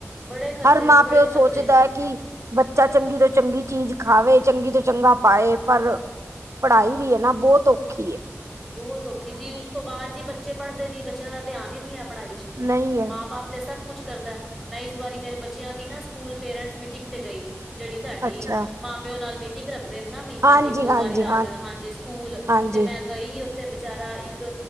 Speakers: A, in the centre; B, on the right.
A: ਬੜੇ ਖਰਚੇ
B: ਹਰ
A: ਜੀ
B: ਮਾਂ ਪਿਓ
A: ਬੜੇ ਖਰਚੇ
B: ਸੋਚਦਾ ਏ ਕਿ ਬੱਚਾ ਚੰਗੀ ਤੋਂ ਚੰਗੀ ਚੀਜ ਖਾਵੇ ਚੰਗੀ ਤੋ ਚੰਗਾ ਪਾਏ ਪਰ ਪੜਾਈ ਵੀ ਏ ਨਾ ਬੋਤ ਔਖੀ ਏ।
A: ਬੋਹਤ ਔਖੀ ਜੀ ਉਸ ਤੋ ਬਾਅਦ ਜੀ ਬੱਚੇ ਪੜਦੇ ਨੀ ਬੱਚਿਆਂ ਦਾ ਧਿਆਨ ਈ ਨੀ ਹੈ ਪੜਾਈ ਚ,
B: ਨਹੀਂ ਹੈ
A: ਮਾਂ ਬਾਪ ਤੇ ਸਬ ਕੁਛ ਕਰਦੈ, ਮੈਂ ਇਸ ਵਾਰੀ ਮੇਰੇ ਬੱਚਿਆਂ ਦੀ ਨਾ ਸਕੂਲ ਪੇਰੈਂਟਸ ਮੀਟਿੰਗ ਤੇ ਗਈ ਜਿਹੜੀ ਸਾਡੀ
B: ਅੱਛਾ
A: ਮਾਂ ਪਿਓ ਨਾਲ ਮੀ ਮੀਟਿੰਗ ਰੱਖਦੇ ਨੇ ਨਾ ਮਹੀਨੇ
B: ਹਾਂਜੀ
A: ਚ ਇਕ, ਦੋ
B: ਹਾਂਜੀ
A: ਵਾਰੀ ਰੱਖ ਦੇਣ, ਹਾਂਜੀ ਸਕੂਲ
B: ਹਾਂਜੀ
A: ਤੇ ਮੈਂ ਗਈ ਓਥੇ ਬਚਾਰਾ ਇਕ,